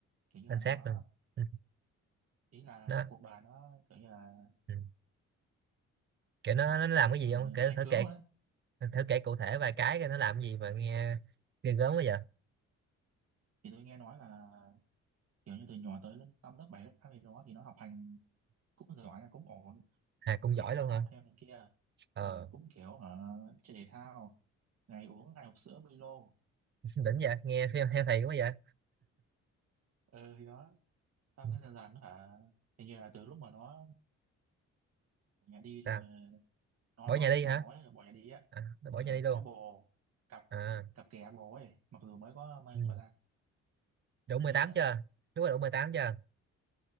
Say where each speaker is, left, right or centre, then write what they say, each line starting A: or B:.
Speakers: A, on the right; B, on the right.
A: kiểu như
B: anh
A: là nó
B: sát luôn ừ.
A: ý là
B: nó
A: cuộc đời nó kiểu như là
B: ừ. kiểu nó nó làm cái gì
A: uh,
B: không kể
A: chệch
B: thử
A: hướng
B: kể
A: rồi ấy
B: thử, thử kể cụ thể vài cái coi nó làm gì mà nghe ghê gớm quá vậy
A: thì tôi nghe nói là kiểu như từ nhỏ tới lớp năm lớp bảy lớp tám gì đó thì nó học hành cũng giỏi cũng ổn
B: à cũng
A: mẹ
B: giỏi
A: nó
B: luôn
A: cho nó
B: hả
A: học thêm này kia
B: ờ
A: ờ, cũng kiểu hả chơi thể thao ngày uống hai hộp sữa Milo
B: <laughs> đỉnh vậy nghe theo, theo thầy quá vậy
A: ờ thì đó xong
B: Ừ.
A: cái dần dần nó hả hình như là từ lúc mà nó bỏ nhà đi
B: à,
A: xong rồi nó
B: bỏ
A: nó
B: nhà
A: với
B: đi
A: bồ
B: hả
A: nó là bỏ nhà đi á
B: à, nó bỏ
A: ờ,
B: nhà đi luôn
A: có bồ cặp
B: à
A: cặp kè bồ ấy mặc dù mới có bao nhiêu
B: ừ.
A: tuổi ra
B: đủ
A: tôi
B: 18
A: nhớ đó
B: chưa đúng rồi đủ mười tám chưa